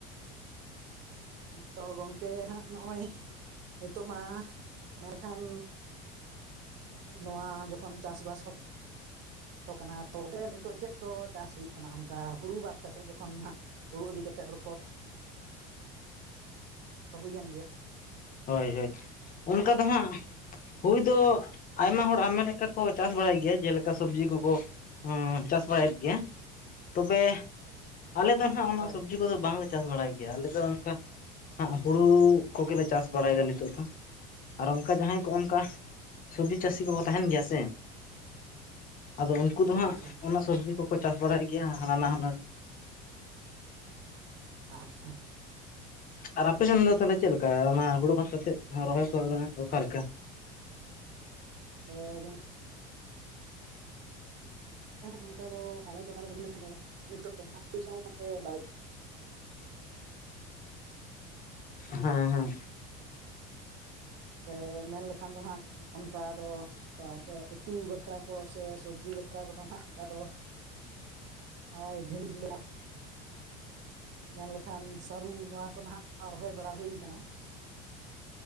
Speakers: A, on the right; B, on the left.
A: ᱛᱚ ᱜᱚᱝᱠᱮ ᱦᱟᱸᱜ ᱱᱚᱜ-ᱚᱭ ᱱᱤᱛᱚ ᱢᱟ ᱢᱮᱱ ᱠᱷᱟᱱ ᱱᱚᱣᱟ ᱡᱚᱠᱷᱚᱱ ᱪᱟᱥᱵᱟᱥ ᱚᱠ
B: <unintelligible>
A: ᱛᱚ ᱠᱟᱱᱟ ᱛᱚᱵᱮ ᱱᱤᱛᱚᱜ ᱪᱮᱫ ᱠᱚ ᱪᱟᱥ ᱦᱩᱭᱩᱜ ᱠᱟᱱᱟ ᱚᱝᱠᱟ ᱦᱩᱲᱩ ᱵᱟᱫ ᱠᱟᱛᱮ ᱡᱚᱠᱷᱚᱱ ᱦᱟᱸᱜ ᱦᱩᱲᱩ ᱤᱫᱤ ᱠᱟᱛᱮᱜ ᱨᱚᱯᱚᱲ ᱦᱩᱭᱮᱱ ᱜᱮᱭᱟ᱾
B: ᱦᱚᱭ ᱦᱚᱭ, ᱚᱞᱠᱟ ᱫᱚ ᱦᱟᱸᱜ ᱦᱩᱭ ᱫᱚ ᱟᱭᱢᱟ ᱦᱚᱲ ᱟᱭᱢᱟ ᱞᱮᱠᱟ ᱠᱚ ᱪᱟᱥ ᱵᱟᱲᱟᱭ ᱜᱮᱭᱟ, ᱡᱮᱞᱮᱠᱟ ᱥᱚᱵᱡᱤ ᱠᱚ ᱠᱚ ᱦᱚᱸ ᱪᱟᱥ ᱵᱟᱲᱟᱭᱮᱫ ᱜᱮᱭᱟ ᱛᱚᱵᱮ ᱟᱞᱮ ᱫᱚ ᱱᱟᱦᱟᱜ ᱚᱱᱟ
A: ᱦᱳᱭ
B: ᱥᱚᱵᱽᱡᱤ ᱠᱚᱫᱚ ᱵᱟᱝ ᱞᱮ ᱪᱟᱥ ᱵᱟᱲᱟᱭ ᱜᱮᱭᱟ ᱟᱞᱮ ᱫᱚ ᱚᱱᱠᱟ ᱦᱟᱸᱜ ᱦᱩᱲᱩ ᱠᱚ ᱜᱮᱞᱮ ᱪᱟᱥ ᱵᱟᱲᱟᱭᱮᱫᱟ ᱱᱤᱛᱚᱜ ᱫᱚ᱾ ᱟᱨ ᱚᱝᱠᱟ ᱡᱟᱦᱟᱸᱭ ᱠᱚ ᱚᱱᱠᱟ ᱥᱚᱵᱽᱡᱤ ᱪᱟᱹᱥᱤ ᱠᱚᱠᱚ ᱛᱟᱦᱮᱱ ᱜᱮᱭᱟ ᱥᱮ ᱟᱫᱚ ᱩᱱᱠᱩ ᱫᱚ
A: ᱟᱪᱪᱷᱟ
B: ᱦᱟᱸᱜ
A: ᱟᱪᱪᱷᱟ
B: ᱚᱱᱟ ᱥᱚᱵᱽᱡᱤ ᱠᱚᱠᱚ ᱪᱟᱥ ᱵᱟᱲᱟᱭ ᱜᱮᱭᱟ ᱦᱟᱱᱟ ᱱᱟᱣᱟ
A: ᱟᱪᱪᱷᱟ᱾
B: ᱟᱨ ᱟᱯᱮ ᱥᱮᱱ ᱫᱚ ᱛᱟᱦᱚᱞᱮ ᱪᱮᱫ ᱞᱮᱠᱟ ᱚᱱᱟ ᱦᱩᱲᱩ ᱵᱟᱫ ᱠᱟᱛᱮᱫ ᱨᱚᱦᱚᱭ ᱠᱚᱫᱚ ᱚᱠᱟ ᱞᱮᱠᱟ?
A: ᱛᱚ ᱜᱚᱝ ᱚᱝᱠᱟ ᱫᱚ ᱟᱞᱮ ᱴᱚᱴᱷᱟ ᱨᱮ ᱢᱮᱱ ᱞᱮᱠᱷᱟᱱ ᱫᱚ ᱱᱤᱛᱚᱜ ᱫᱚ ᱦᱟᱸᱜ <inaudible>
B: ᱦᱮᱸ ᱦᱮᱸ᱾
A: ᱥᱮ ᱢᱮᱱ ᱞᱮᱠᱷᱟᱱ ᱫᱚ ᱦᱟᱸᱜ ᱚᱱᱠᱟ ᱫᱚ ᱛᱚ ᱟᱫᱚ ᱩᱛᱩ ᱵᱟᱠᱷᱨᱟ ᱠᱚ ᱥᱮ ᱥᱚᱵᱽᱡᱤ ᱵᱟᱠᱷᱨᱟ ᱠᱚᱫᱚ ᱦᱟᱸᱜ ᱚᱝᱠᱟ ᱫᱚ ᱳᱭ ᱵᱷᱮᱱᱰᱤ ᱡᱷᱤᱸᱜᱟᱹ <inaudible> ᱢᱮᱱ ᱞᱮᱠᱷᱟᱱ ᱥᱟᱹᱨᱩ ᱱᱚᱣᱟ ᱠᱚ ᱱᱟᱦᱟᱜ ᱨᱚᱦᱚᱭ ᱵᱟᱲᱟ ᱦᱩᱭ ᱠᱟᱱᱟ᱾